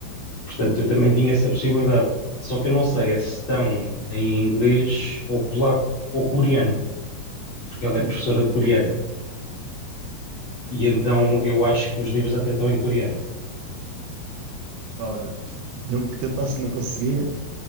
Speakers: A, on the left; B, on the right.
A: portanto, eu também tinha essa possibilidade. Só que eu não sei é se estão em inglês ou polaco ou coreano, porque ela
B: ui,
A: é professora de coreano. E então eu acho que os livros até estão em coreano.
B: pá, olha, mesmo que tentasse, não conseguia.